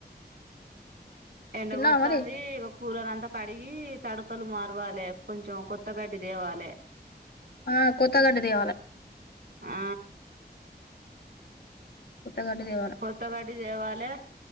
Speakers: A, on the right; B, on the left.
A: ఎండగొడ్తాంది
B: తిన్నావా మరి
A: ఇగ కూలర్ అంతా కడిగి తడకలు మారవాలి కొంచం కొత్తగడ్డి తేవాలె
B: ఆ కొత్తగడ్డి తేవాలె
A: ఆ
B: కొత్తగడ్డి తేవాలే
A: కొత్తగడ్డి తేవాల్ లె